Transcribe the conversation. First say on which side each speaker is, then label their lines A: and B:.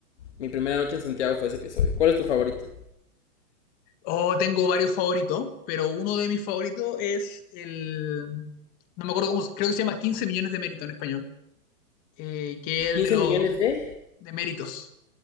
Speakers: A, on the left; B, on the left.
A: mi primera noche en Santiago fue ese episodio. ¿Cuál es tu favorito?
B: Oh, tengo varios favoritos, pero uno de mis favoritos es el, no me acuerdo cómo, creo que se llama Quince millones de mérito en español, eh, que es
A: quince
B: el de los
A: millones de...
B: de méritos,